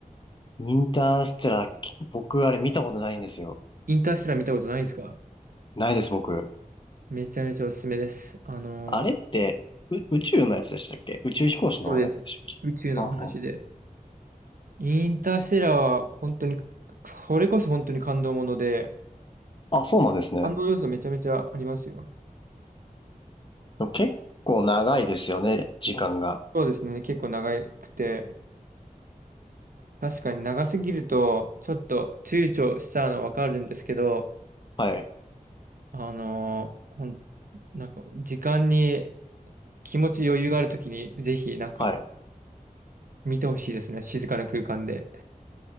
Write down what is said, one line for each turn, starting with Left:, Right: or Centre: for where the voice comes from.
Left: インターステラー、き僕あれ見たことないんですよ。
Right: インターステラー見たことないんですか
Left: ないです、僕。
Right: めちゃめちゃおすすめです。あのー
Left: あれって、う、宇宙のやつでしたっけ宇宙飛行士のやつでしたっけあは
Right: そうです。宇宙の話で。インターステラーは本当に、それこそ本当に感動もので、
Left: あ、そうなんですね。
Right: 感動要素めちゃめちゃありますよ。
Left: 結構長いですよね、時間が。
Right: そうですね、結構長くて、確かに長すぎると、ちょっと躊躇しちゃうのはわかるんですけど、
Left: はい、
Right: あのーほん、なんか、時間に気持ち余裕があるときに、ぜひ、なんか、
Left: はい。
Right: 見てほしいですね、静かな空間で。